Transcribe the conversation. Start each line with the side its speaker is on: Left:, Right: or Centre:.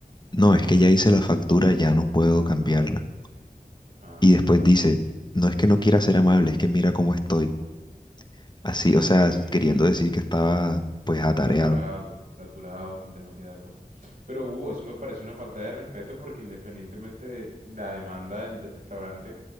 Left: no, es que ya hice la factura, ya no puedo cambiarla.
Right: Anda,
Left: Y después dice, no es que no quiera ser amable, es que mira cómo estoy. Así,
Right: uy,
Left: o sea, queriendo decir que estaba pues atareado.
Right: saturado, saturado con demasiada cosa. Pero Hugo, eso me parece una falta de respeto porque independientemente de la demanda del del restaurante,